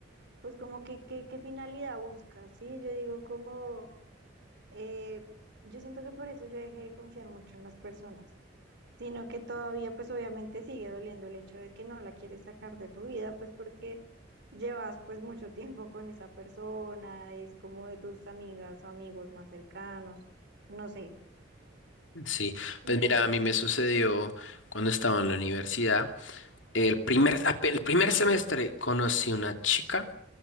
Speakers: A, on the right (about 60°); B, on the left (about 85°).
A: pues como que que- qué finalidad buscas, ¿sí? Yo digo como, eh, yo siento que por eso yo dejé de confiar mucho en las personas. sino que todavía pues obviamente sigue doliendo el hecho de que no la quieres sacar de tu vida, pues porque llevas pues mucho tiempo con esa persona, es como de tus amigas o amigos más cercanos, no sé.
B: Sí,
A: Entonces,
B: pues mira, a mí me
A: sí.
B: sucedió cuando estaba en la universidad, el primer, ape- el primer semestre conocí una chica